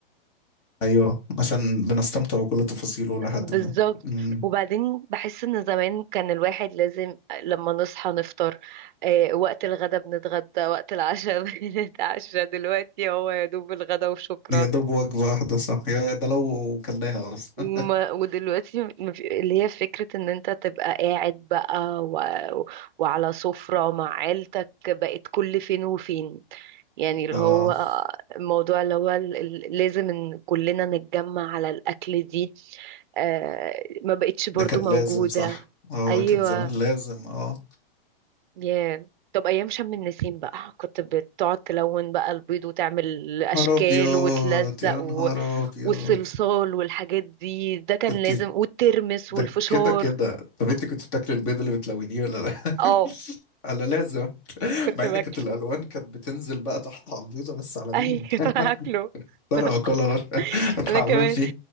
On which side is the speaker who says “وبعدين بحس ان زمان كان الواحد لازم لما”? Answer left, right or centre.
Right